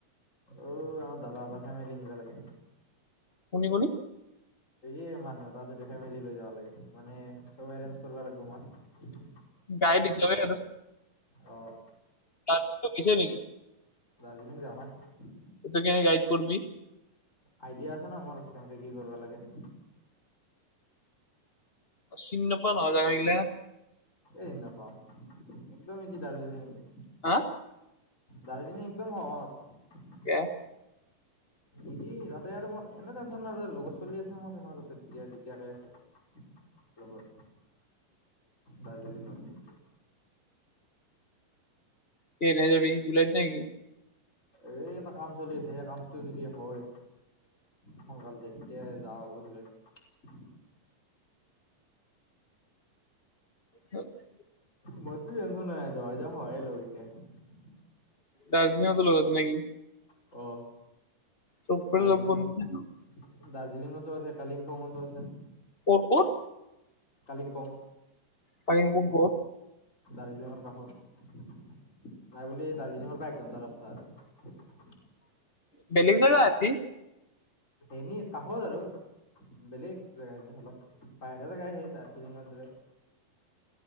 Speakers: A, on the left; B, on the left.
A: অ আমাৰ দাদা এটাৰ ফেমিলি নিবা লাগে।
B: কোনি-কোনি?
A: সেইয়ে মানুহ এটা আছে দে ফেমিলি লৈ যাবা লাগে। মানে চব এৰেঞ্জ কৰবা লাগব মই।
B: গাই দিছত্ৰইত আৰু।
A: অঁ।
B: তাটো টো গেছে নেকি?
A: দাৰ্জিলিং যও নাই।
B: এইটো কেনে গাইড কৰবি?
A: আইডিয়া আছে ন মোৰ কেনেকে কি কৰিব লাগে ।
B: অ চিনি নাপোৱা নহয় জেগাবিলাক ।
A: এই নাপাওঁ একদমেই কি দাৰ্জিলিং ।
B: হা!
A: দাৰ্জিলিং একদম সহজ ।
B: কি?
A: ইজি তাতে আৰু মোৰ এনে টেনশ্যন নাই তাতে লগত চলি আছে মোৰ তাতৈয়াকে আছে । ববৰ দাৰ্জিলিং ন।
B: কেনে যাবি জুলাইত নেকি?
A: এই এটা কাম চলি আছে সেই কামটো যদি হয় সোনকালে তেতিয়া যাওঁ । <unintelligible>
B: অ <unintelligible>
A: বু এধ নে যোৱা যায়ওঁ হয় ল কে <unintelligible>
B: দাৰ্জিলিঙতো লোক আছে নেকি?
A: অ
B: চব ফৰে
A: দাৰ্জিলিঙত
B: লগ বধ ন
A: দাৰ্জিলিঙতো আছে কালিম্পঙতো আছে।
B: ক'ত--ক'ত
A: কালিম্পং
B: পালিং পংক।
A: দাৰ্জিলিঙৰ কাষত নাই বুলি দাৰ্জিলিঙৰ বাইক ঘণ্টা ৰাস্তা আৰু।
B: বেলেগ জাব আতি।
A: এনি তাহ'দ আৰু। বেলেগ জেগা অলপ বাহৰে জেগা আহেই দাৰ্জিলিঙৰ দৰে।